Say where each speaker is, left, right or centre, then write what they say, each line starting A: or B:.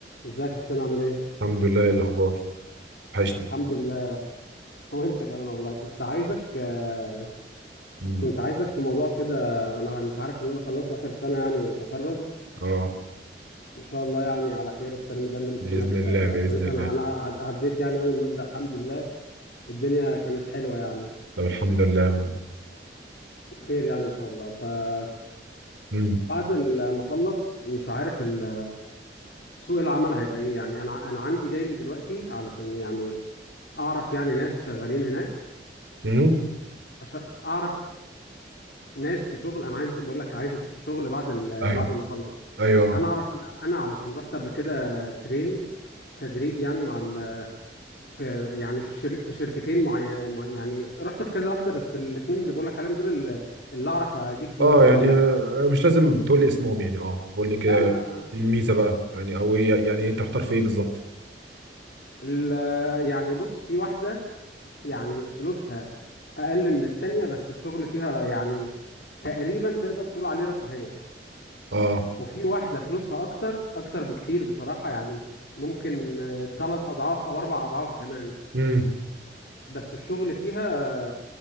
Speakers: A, on the left; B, on the right.
A: ازيك يا حسين عامل ايه؟
B: الحمد لله إيه الأخبار وحشني
A: الحمد لله <laughs> وانت كمان والله كنت عايزك آه،
B: مم.
A: كنت عايزك في موضوع كده انا انت عارف ان انا خلاص اخر سنة يعني وتخرج
B: اه
A: ان شاء الله يعني على خير الترم ده الامتحانات
B: بإذن الله
A: آه، تبقى
B: بإذن
A: كويسة
B: الله
A: انا انا عد- عديت يعني اول مادة الحمد لله الدنيا كانت حلوة يعني
B: طب الحمد لله
A: خير يعني ان شاء الله فبعد
B: مم.
A: ال- ما اخلص مش عارف ال- سوق العمل هيبقى ايه يعني انا انا عندي جاي لي دلوقتي علشان يعني اعرف يعني ناس شغالين هناك
B: مم.
A: عشان اعرف ناس في شغل انا عايز أش- بقول لك عايز اشوف الشغل بعد ال...
B: أيوه
A: بعد ما اخلص
B: أيوه
A: انا اعرف انا علشان رحت قبل كده ترين تدريب يعني مع ال... في يعني في الشر... في شركتين معين مع... يعني رحت في كذا واحده بس الاثنين اللي بقول لك عليهم دول اللي اللي اعرف اجيب فيهم
B: اه
A: شغل
B: يعني
A: يعني
B: آه، مش لازم تقول لي اسمهم يعني اه قول لي كده
A: ده ما
B: إيه الميزة بقى يعني أو إيه يعني إيه أنت محتار في إيه بالظبط
A: ال... يعني بص في واحده يعني فلوسها اقل من التانية بس الشغل فيها ر- يعني تقريبا تقدر تقول عليه رفاهيه
B: اه
A: وفي واحدة فلوسها أكتر أكتر بكتير بصراحة يعني ممكن آه، تلات أضعاف أو أربع أضعاف كمان
B: امم
A: بس الشغل فيها